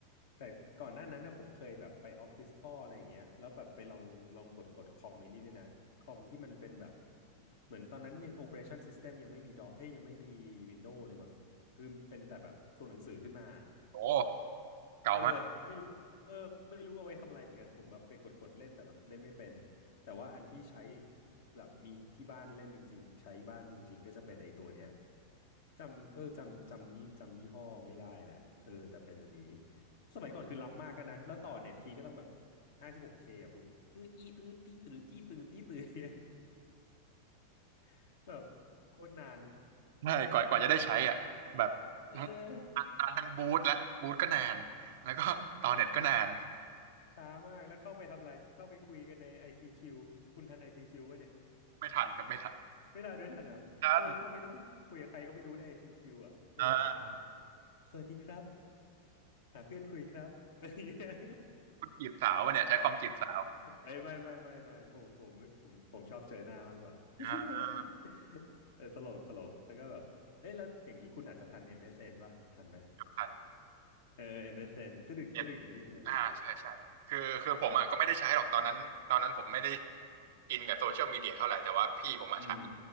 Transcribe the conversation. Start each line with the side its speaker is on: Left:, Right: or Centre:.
Left: แต่ก่อนหน้านั้นนะผมเคยแบบไปออฟฟิศพ่ออะไรอย่างเงี้ยแล้วแบบไปลองลองกดกดคอมไอ้นี่ด้วยนะคอมที่มันเป็นแบบเหมือนตอนนั้นยัง Operation System ยังไม่มีดอเอ้ยยังไม่มี Windows เลยมั้งคือเป็นแต่แบบตัวหนังสือขึ้นมา
Right: โอ้เก่ามาก
Left: เออไม่รู้เออไม่รู้เอาไว้ทำอะไรเหมือนกันผมแบบไปกดกดเล่นแต่แบบเล่นไม่เป็นแต่ว่าอันที่ใช้แบบมีที่บ้านเล่นจริงๆใช้บ้านจริงๆก็จะเป็นไอ้ตัวเนี้ยจำเออจำจำยี่จำยี่ห้อไม่ได้แหละเออแต่เป็นอันนี้สมัยก่อนคือล้ำมากกันนะแล้วต่อเน็ตทีก็ต้องแบบห้าสิบหกเคอะคุณอืดอีดอืดตีตื้อตีตื้อตีตื้อเนี่ย <laughs> แบบโคตรนาน
Right: ใช่กว่ากว่าจะได้ใช้อ่ะแบบทั้ง
Left: เออ
Right: นานทั้งบูทและบูทก็นานแล้วก็ต่อเน็ตก็นาน
Left: ช้ามากแล้วเข้าไปทำอะไรเข้าไปคุยกันใน i ซ q ควคุณทันไอซีคิวป่ะเนี่ย
Right: ไม่ทันครับไม่ทัน
Left: ไม่ทันไม่ทันเหรอ
Right: ทัน
Left: เออเข้าไปนั่งคุยกับใครก็ไม่รู้ใน ICQ อซีคิวอ่ะแล้วแบบ
Right: อ่า
Left: สวัสดีครับหาเพื่อนคุยครับ <laughs> อะไรอย่างเงี้ย
Right: คุณจีบสาววะเนี่ยใช้คอมจีบสาว
Left: เอ้ยไม่ไม่ไม่ไม่ผมผมผมผมชอบเจอหน้ามากกว่า
Right: อ่า
Left: <laughs> เออตลกตลกแล้วก็แบบเอ้ยแล้วอย่างนี้คุณอาจจะทัน MSN ป่ะทันไหม
Right: ทัน
Left: เออ MSN ตึดึงตึดึงนี่โอ้โห
Right: เอ็ดอ่าใช่ใช่คือคือผมอ่ะก็ไม่ได้ใช้หรอกตอนนั้นตอนนั้นผมไม่ได้อินกับโซเชียลมีเดียเท่าไหร่แต่ว่าพี่ผมอ่ะใช้
Left: อืม